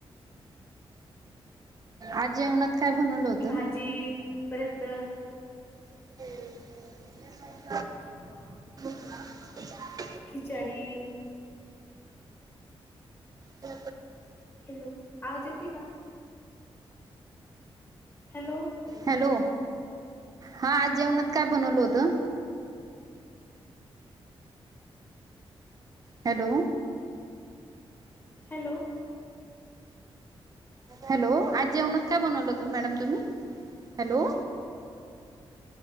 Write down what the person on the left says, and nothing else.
भाजी परत
हम्म
खिचडी
हॅलो आवाज येतय का? हॅलो
हॅलो